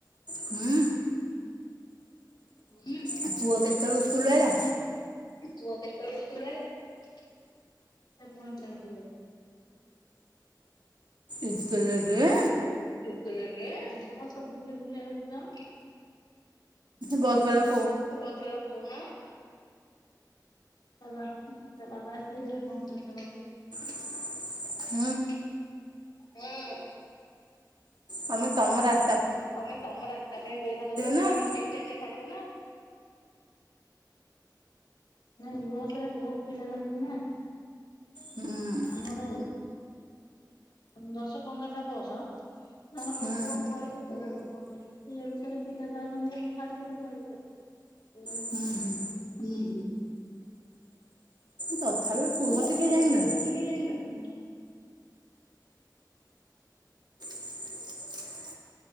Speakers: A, on the right; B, on the left.
A: ହୁଁ
B: ହୁଁ।
A: ପୁଅ କେତେବେଳୁ ସ୍କୁଲରୁ ଆଇଲା?
B: ପୁଅ କେତେବେଲୁ ସ୍କୁଲରୁ ଆଇଲା ଏ ପଇଁଚାଳସିରେ।
A: ଏତେ ଲେଟରେ।
B: ବସ ବୁଲି ବୁଲି ଆଉଛି ତ।
A: ବସ ବାଲାକୁ
B: ସେ ବସ ବାଲାକୁ କହୁନ। ତା ବାବା ଆସିଲେ ଯିବେ କଂପ୍ଲେନ୍ ଦବାକୁ।
A: <inaudible>
B: ହୁଁ।
A: ତମେ ତମର ଆ
B: ହୁ ତମେ ତମ ରାସ୍ତା ପାଇଁ ପଇସା ଦଉଛ ତମେ
A: ନା
B: ଆଣ
A: ଆଉ।
B: ଠିକ ଟାଇମ ରେ ଛାଡିବ ନା ନାଇଁ ବସରେ ବହୁତ ପିଲା ଯାଉଛନ୍ତି ନା।
A: ହୁଁ।
B: ଆମର ଦଶ ପନ୍ଦରଟା ବସ ନହଲେ
A: ହୁଁ
B: କଣ ଗହଳିକି ହୁଁ <unintelligible> ସେ ଅନୁସାରେ ପିଲା ଜାଉଛନ୍ତି ଛାଡି ଛାଡିକି ଆଉଛି ଆଉ।
A: ହୁଁ ହୁଁ।
B: ହୁଁ।
A: ତଥାପି କୁହ
B: ତଥାପି
A: ଟିକେ ଯାଇଁଲନି
B: କୁହ ଟିକ ଯାଇଲାନି
A: <inaudible>